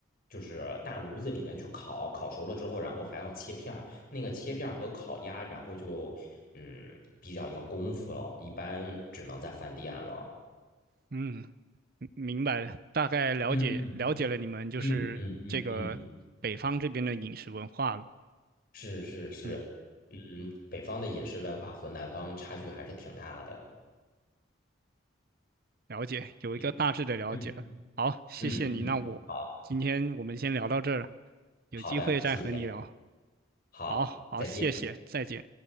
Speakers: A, on the left; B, on the right.
A: 就是大炉子里边去烤，烤熟了之后，然后还要切片儿。那个切片儿和烤鸭，然后就嗯比较要功夫了，一般只能在饭店了。
B: 嗯，明明白了，大概了解了解了你们就是这个北方这边的饮食文化了。
A: 嗯嗯嗯嗯嗯，是是是，
B: 嗯，
A: 嗯，北方的饮食文化和南方差距还是挺大的。
B: 了解，有一个大致的了解了。
A: 嗯嗯
B: 好，谢谢你，
A: 嗯嗯，
B: 那我今天我们先聊到这儿了，
A: 好
B: 有机会再和你聊。
A: 好的，谢谢，好，
B: 好好，
A: 再见。
B: 谢谢，再见。